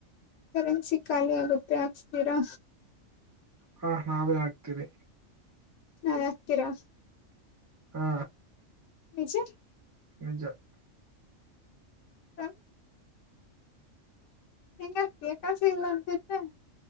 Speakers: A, on the left; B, on the right.
A: ಕರೆನ್ಸಿ ಖಾಲಿ ಆಗುತ್ತೆ ಹಾಕ್ಸ್ತೀರಾ
B: ಹಾ ನಾವೇ ಆಗ್ತೀರಿ
A: ನಾವಾಗಗ್ತೀರಾ
B: ಹಾ
A: ಚರ್
B: ನಿಜ
A: ಹ ನಿಂಗ ಆಗ್ತಿ ಕಾಸಿಲ್ಲ ಅಂತಿತ್ತೆ